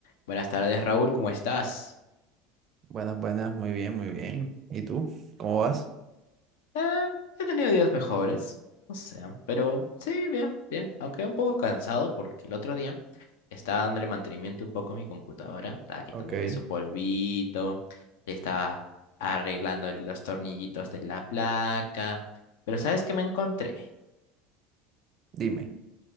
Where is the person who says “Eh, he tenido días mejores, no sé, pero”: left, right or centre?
Left